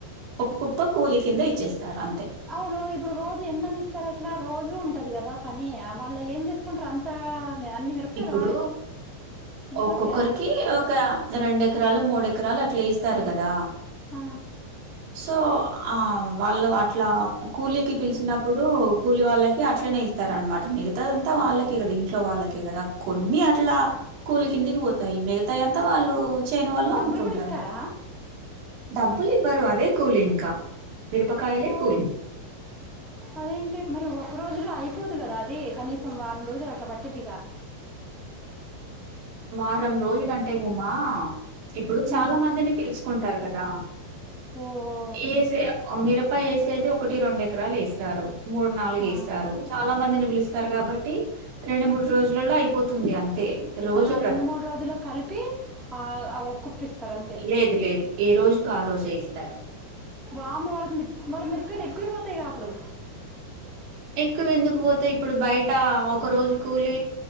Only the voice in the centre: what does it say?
అవును ఇప్పుడు రోజు ఎన్నని ఇస్తారు అట్లా రోజూ ఉంటది కదా పని వాళ్ళు ఏం చేసుకుంటారు అంత అన్ని మిరపకాయలు
ఇంట్లోకి
ఆ
ఆ
డబ్బులు
కూడా ఇస్తారా
ఓ
అదేంటి మరి ఒక రోజులో అయిపోదు కదా అది కనీసం వారం రోజులు అట్లా పట్టిద్దిగా
ఉమ్
ఓహో
ఆ
అది ఆ రెండు మూడు రోజులు కలిపి ఆ ఓ కుప్పిస్తారు అంతే
వాము వాళ్ళకి మళ్ళ మిరపకాయలు ఎక్కువ పోతాయి కా అప్పుడు